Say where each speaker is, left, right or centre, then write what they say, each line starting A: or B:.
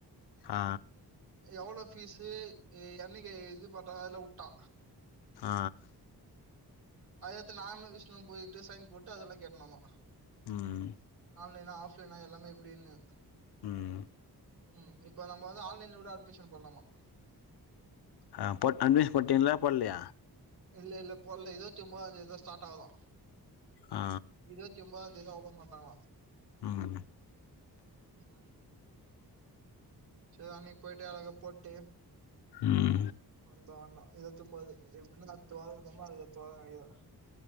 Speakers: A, on the left (about 85°); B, on the right (about 75°).
A: ஆ
B: எவ்ளோ பீஸு என்னைக்கு இது பண்றாங்க அதுலா உட்டா
A: ஆ
B: அத எத்து நானும் விஷ்ணுவு போயிட்டு சைன் போட்டு அதெல்லா கேட்டனு வந்தோ
A: ம்
B: ஆன்லைனா ஆஃப் லைனா எல்லாமே எப்டின்னு
A: ம்
B: ம் இப்ப நம்ப வந்து ஆன்லைன்ல கூட அட்மிஷன் போடலாமா
A: ஆ போட் அட்மிஷன் போட்டிங்களா போட்லையா
B: இல்ல இல்ல போடல ஏதோ சும்மா அது ஏதோ ஸ்டார்ட் ஆவுதா
A: ஆ
B: இருவத்தி ஒம்பதாந் தேதிதா ஓப்பன் பண்றாங்களா
A: ம்
B: ம் சேரி அன்னைக்கு போயிட்டு அழக போட்டு
A: ம்
B: <unintelligible>